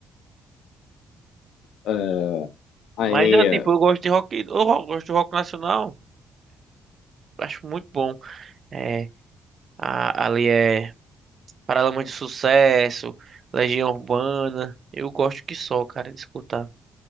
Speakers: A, on the left; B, on the right.
A: É, aí,
B: Mas eu, tipo,
A: é,
B: eu gosto de rock, eu gosto de rock nacional, acho muito bom. É, a, ali é Paralamas de Sucesso, Legião Urbana. Eu gosto que só, cara, de escutar.